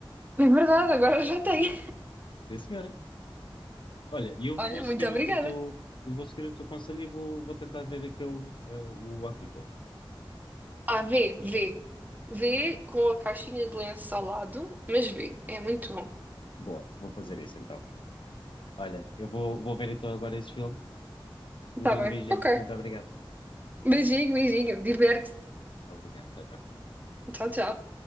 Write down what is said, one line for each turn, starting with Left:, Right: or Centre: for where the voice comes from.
Right: É verdade, agora já tenho.
Left: Sim, senhora. Olha,
Right: <laughs>
Left: e eu
Right: Olha,
Left: vou
Right: muito
Left: seguir
Right: obrigada.
Left: o, o teu, eu vou seguir o teu conselho e vou, vou tentar ver aquele, uh, o Akiko.
Right: Ah, vê, vê. Vê com a caixinha de lenço ao lado, mas vê. É muito bom.
Left: Boa, vou fazer isso então. Olha, eu vou, vou ver então agora esse filme Um
Right: Tá
Left: grande
Right: bem,
Left: beijinho.
Right: ok.
Left: Muito obrigado.
Right: Beijinho, beijinho. Diverte-te.
Left: Obrigado, tchau, tchau.
Right: Tchau, tchau.